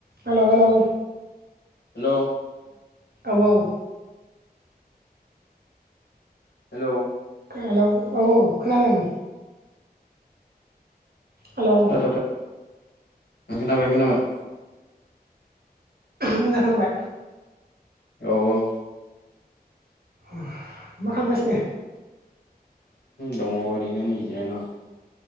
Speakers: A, on the right (about 70°); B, on the left (about 85°).
A: हेल' hello उ
B: हेल'
A: औ औ
B: हेल'
A: हेल' औ औ खोनादों। हेलौ
B: <unintelligible> ओ खोनाबाय खोनाबाय
A: मोजां खोनाबाय
B: औ औ
A: मा खालामबायसि ने
B: दङ ओरैनो नै जिरायना